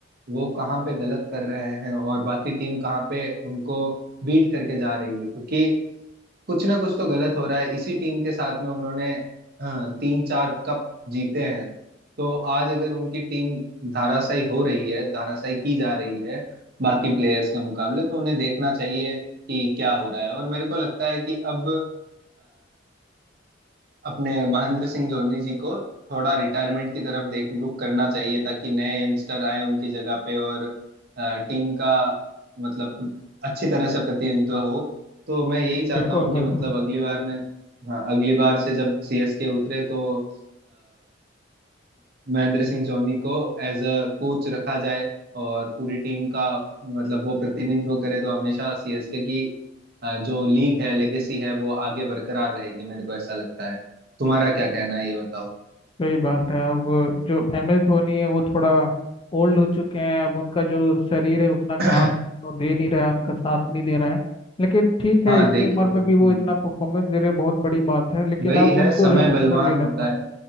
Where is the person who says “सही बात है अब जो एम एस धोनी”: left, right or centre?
Left